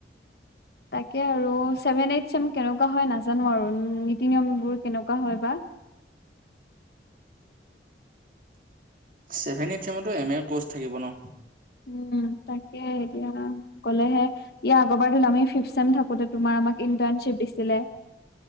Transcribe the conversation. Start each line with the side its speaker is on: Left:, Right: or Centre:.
Left: তাকে, আৰু চছেভেন এইট চেম কেনেকুৱা হয় নাজানো আৰু নীতি নিয়মবোৰ কেনেকুৱা হয় বা
Right: ছেভেন এইট, এম এৰ ক'ৰ্চ থাকিব ন
Left: উম, তাকে এতিয়া গ'লেহে ইয়াৰ আগৰ বাৰ আমি ফিফ চছেম থাকোতে, তোমাৰ আমাক ইণ্টাৰ্শ্বিপ দিছিলে